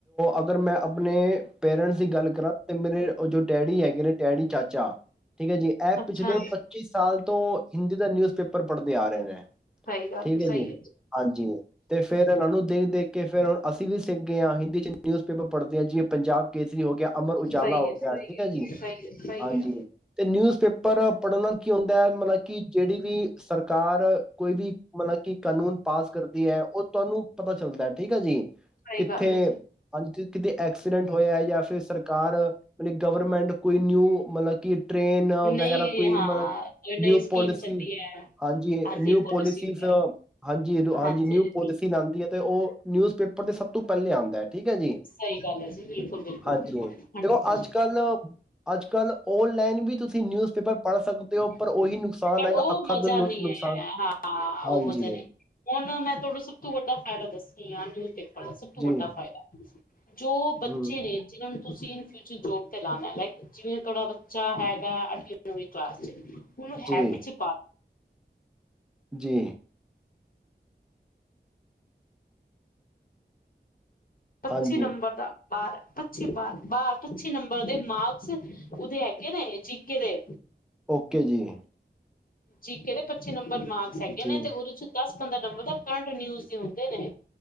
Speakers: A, in the centre; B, on the left.
A: ਅਗਰ ਮੈਂ ਆਪਣੇ ਪੇਰੈਂਟਸ ਦੀ ਗੱਲ ਕਰਾਂ, ਤੇ ਮੇਰੇ ਉਹ ਜੋ ਡੈਡੀ ਹੈਗੇ ਨੇ ਡੈਡੀ ਚਾਚਾ ਠੀਕ ਹੈ ਜੀ ਇਹ
B: ਅੱਛਾ
A: ਪਿਛਲੇ ਪੱਚੀ ਸਾਲ ਤੋਂ ਹਿੰਦੀ ਦਾ ਨਿਊਜ਼ ਪੇਪਰ ਪੜ੍ਹਦੇ ਆ ਰਹੇ ਨੇ
B: ਸਹੀ ਗੱਲ
A: ਠੀਕ
B: ਸਹੀ
A: ਹੈ ਜੀ ਹਾਂਜੀ, ਤੇ ਫੇਰ ਇਹਨਾਂ ਨੂੰ ਦੇਖ-ਦੇਖ ਕੇ ਫਿਰ ਅਸੀਂ ਵੀ ਸਿਖ ਗਏ ਹਾਂ ਹਿੰਦੀ 'ਚ ਨਿਊਜ਼ਪੇਪਰ ਪੜ੍ਹਦੇ ਹਾਂ ਜੀ। ਪੰਜਾਬ ਕੇਸਰੀ ਹੋ ਗਿਆ, ਅਮਰ ਉਜਾਲਾ
B: ਸਹੀ
A: ਹੋ
B: ਹੈ ਸਹੀ
A: ਗਿਆ ਠੀਕ ਹੈ ਜੀ
B: ਸਹੀ ਹੈ ਸਹੀ
A: ਹਾਂਜੀ,
B: ਹੈ
A: ਤੇ ਨਿਊਜ਼ ਪੇਪਰ ਪੜ੍ਹਨਨ ਨਾਲ ਕੀ ਹੁੰਦਾ ਹੈ ਮਤਲਬ ਕਿ ਜਿਹੜੀ ਵੀ ਸਰਕਾਰ ਕੋਈ ਵੀ ਮਤਲਬ ਕਿ ਕਾਨੂੰਨ ਪਾਸ ਕਰਦੀ ਹੈ ਉਹ ਤੁਹਾਨੂੰ ਪਤਾ ਚੱਲਦਾ ਠੀਕ ਹੈ ਜੀ।
B: ਸਹੀ
A: ਕਿੱਥੇ
B: ਗੱਲ ਹੈ ਜੀ
A: ਹਾਂਜੀ ਕਿਤੇ ਐਕਸੀਡੈਂਟ ਹੋਇਆ ਜਾਂ ਫਿਰ ਸਰਕਾਰਤਬ ਗਵਰਮੈਂਟ ਕੋਈ ਨਿਊ ਮਤਲਬ ਕਿ ਟਰੇੇਨ
B: ਨਹੀਂ
A: ਵਗੈਰਾ ਕੋਈ
B: ਹਾਂ
A: ਮਤਲਬ
B: ਕੋਈ ਨਈ
A: ਨਿਊ
B: ਸਕੀਮ
A: ਪੋਲਿਸੀ
B: ਚੱਲੀ ਹੈ
A: ਹਾਂਜੀ ਨਿਊ
B: ਪੋਲਿਸੀ
A: ਪੋਲਿਸੀਜ਼
B: ਵਗੈਰਾ
A: ਹਾਂਜੀ-ਹਾਂਜੀ,
B: ਹਾਂਜੀ
A: ਨਿਊ ਪੋਲਿਸੀ ਲਿਆਉਂਦੀ ਹੈ ਤੇ ਉਹ ਨਿਊਜ਼ ਆਪਾ ਦੇ ਸ ਤੋ ਪਹਿਲੇ ਆਉਂਦਾ ਹੈ ਠੀਕ ਹੈ ਜੀ
B: ਸਹੀ ਗੱਲ ਹੈ ਜੀ ਬਿਲਕੁਲ ਬਿਲਕੁਲ
A: ਹਾਂਜੀ,
B: ਹੰਡਰਡ
A: ਦੇਖੋ
B: ਪਰਸੈਂਟ
A: ਅੱਜ-ਕੱਲ ਅੱਜ-ਕੱਲ ਓਨਲਾਈਨ ਵੀ ਤੁਸੀ ਨਿਊਜ਼ਪੇਪਰ ਪੜ੍ਹ ਸਕਦੇ ਹੋ
B: ਪਰ
A: ਉਹੀ ਨੁਕਸਾਨ ਹੈਗਾ
B: ਉਹ
A: ਅੱਖਾਂ
B: ਮਜ਼ਾ
A: ਦਾ ਨੁ-
B: ਨੀ
A: ਨੁਕਸਾਨ
B: ਆ ਹਾਂ ਉਹ
A: ਹਾਂਜੀ
B: ਮਜ਼ਾ ਨਹੀਂ ਹੁਣਨਾ ਮੈਂ ਤੁਹਾਡਾ ਸਭ ਤੋਂ ਵੱਡਾ ਫਾਇਦਾ ਦੱਸਣੀ ਆ ਨਿਊਜ਼ ਦੇ। ਦਾ ਸਭ ਤੋਂ
A: ਜੀ
B: ਵੱਡਾ ਫਾਇਦਾ ਜੋ ਬੱਚੇ
A: ਹੂੰ
B: ਨੇ ਜਿਹਨਾਂ ਨੂੰ ਤੁਸੀਂ ਇਨ ਫਿਊਚਰ ਜੋਬ ਤੇ ਲਾਉਣਾ ਲਾਈਕ ਜਿਵੇਂ ਤੁਹਾਡਾ ਬੱਚਾ ਹੈਗਾ ਅੱ ਕਲਾਸ ਚ ਉਹਨੂੰ
A: ਜੀ
B: ਹੈਬਿਟ ਚ ਪਾ
A: ਜੀ।
B: ਪੱਚੀ
A: ਹਾਂਜੀ
B: ਨੰਬਰ ਦਾ ਬਾਰ ਪੱਚੀ ਬਾਰ-ਬਾਰ ਪੱਚੀ ਨੰਬਰ ਦੇ ਮਾਰਕਸ ਉਹਦੇ ਹੈਗੇ ਨੇ ਜੀਕੇ ਦੇ।
A: ਓਕੇ ਜੀ।
B: ਜੀ ਕਹਿੰਦੇ ਪੱਚੀ ਨੰਬਰ ਮਾਰ ਹੈਗੇ
A: ਜੀ
B: ਨੇ ਤੇ ਉਹਦੇ ਚ ਦਸ-ਪੰਦਰਾਂ ਨੰਬਰ ਦਾ ਕਰੰਟ ਨਿਊਜ ਦੇ ਹੁੰਦੇ ਨੇ।